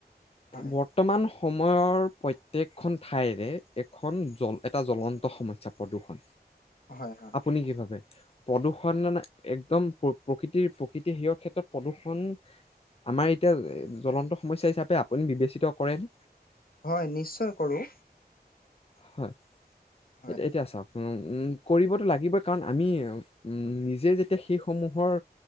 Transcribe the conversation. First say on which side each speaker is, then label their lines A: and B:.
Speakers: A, on the left; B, on the left.
A: হয়
B: বৰ্তমান সময়ৰ প্ৰত্যয়েকখন ঠাইৰে এখন জ এটা জ্বলন্ত সমস্যা প্ৰদূষণ
A: হয় হয়
B: আপুনি কি ভাবে প্ৰদূষণ একদম প্ৰকৃতিৰ, প্ৰকৃতি সেইৰ ক্ষেত্ৰত প্ৰদূষণ আমাৰ এতিয়া জলন্ত সমস্যা হিচাপে আপুনি বিবেচিত কৰে নে?
A: হয় নিশ্চয় কৰো।
B: হয়।
A: হয়
B: এ এতিয়া চাওক, উম কৰিবতো লাগিব। কাৰণ আমি নিজে যেতিয়া সেইসমূহৰ